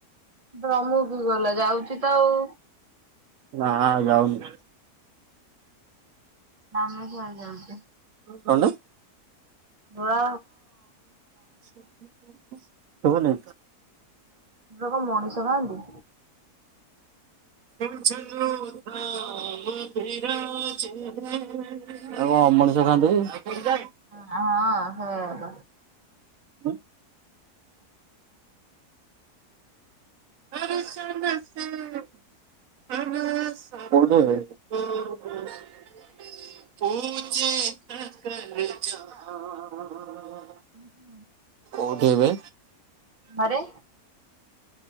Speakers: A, on the right; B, on the right.
A: ରମୁ ବି ଗଲା ଯାଉଛି ତ ଆଉ
B: ହଁ ଯାଉନି
A: ଆମେ କଣ ଯାଉଛେ।
B: କଣ ନାଇ?
A: ପୁଅ
B: ଶୁଭୁନି
A: ଲୋକ ମଣିଷ କାହନ୍ତି?
B: ଆଉ କଣ? ମଣିଷ ଖାଆନ୍ତି?
A: ହ ହଁ ହଉଦ
B: <unintelligible> <inaudible> <inaudible> <unintelligible>
A: ହଁ କୁହ।
B: କୋଉଠି ଏବେ?
A: ଘରେ।